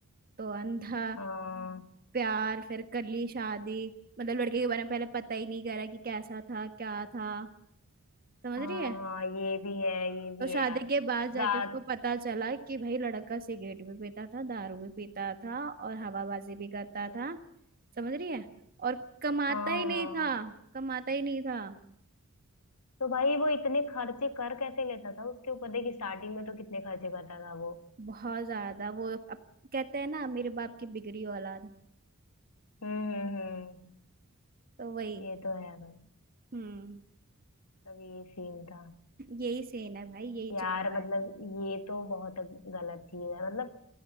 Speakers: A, on the right; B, on the left.
A: तो अंधा
B: हाँ
A: प्यार फिर कर ली शादी मतलब लड़के के बारे में पहले पता ही नहीं करा कि कैसा था क्या था समझ
B: हाँ
A: रही है
B: हाँ ये भी है ये भी
A: तो शादी
B: है यार
A: के बाद जाके
B: रात
A: उसको पता चला कि भाई लड़का सिगरेट भी पीता था दारू भी पीता था और हवाबाजी भी करता
B: लो-
A: था समझ रही है और कमाता
B: हाँ
A: ही नहीं
B: हाँ
A: था कमाता ही नहीं था
B: तो भाई वो इतने खर्चे कर कैसे लेता था उसके ऊपर देखिए स्टार्टिंग में तो कितने खर्चे करता था वो
A: बहुत ज्यादा वो अब कहते हैं ना मेरे बाप की बिगड़ी औलाद
B: हम्म हम्म हम्म
A: तो वही
B: ये तो है भाई
A: हम्म
B: तब ये सीन था
A: यही सीन है भाई यही
B: यार
A: चल रहा
B: मतलब
A: है
B: ये तो बहुत गलत चीज है मतलब